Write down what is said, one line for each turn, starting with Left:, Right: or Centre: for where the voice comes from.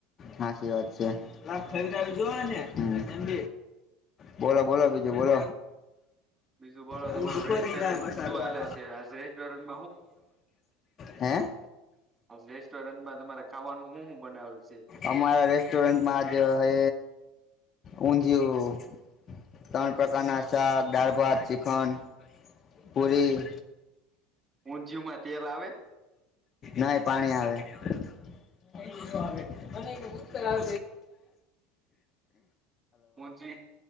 Left: હા સી વાત છે જો ને હમ બોલો બોલો બીજું બોલો
Right: બીજું બોલો
Left: એું
Right: તમે
Left: દુખો નહી થાય બસારું
Right: શું હાલે છે આજ રેસ્ટોરન્ટ
Left: હે
Right: રેસ્ટોરન્ટમાં તમારે ખાવાનું શું શું બનાવેલ છે
Left: અમારા રેસ્ટોરન્ટમાંજ હ ઊંધિયું ત્રણ પ્રકારના શાક દાળ ભાત ચીખન પુરી
Right: ઊંધિયુંમાં તેલ આવે
Left: ના પાણી આવે એ આવે બૂતરા
Right: હું જ